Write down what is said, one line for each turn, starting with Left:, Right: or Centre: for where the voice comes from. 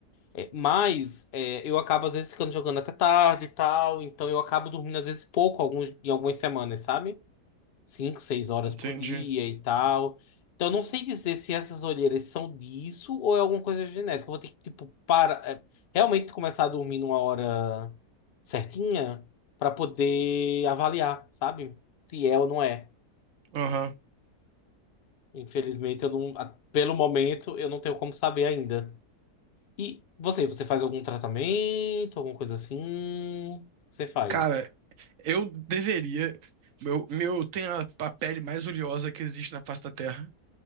Left: É, mas é, eu acabo às vezes ficando jogando até tarde e tal, então eu acabo dormindo às vezes pouco alguns, em algumas semanas, sabe? cinco, seis horas
Right: Entendi.
Left: por dia e tal. Então, eu não sei dizer se essas olheiras são disso ou é alguma coisa genética. Eu vou ter que, tipo, para, é, realmente começar a dormir numa hora certinha para poder avaliar, sabe? Se é ou não é.
Right: Aham.
Left: Infelizmente, eu não, a- pelo momento, eu não tenho como saber ainda. E você, você faz algum tratamento, alguma coisa assim? Você faz.
Right: Cara, eu deveria. Meu, meu, tem a, a pele mais oleosa que existe na face da Terra.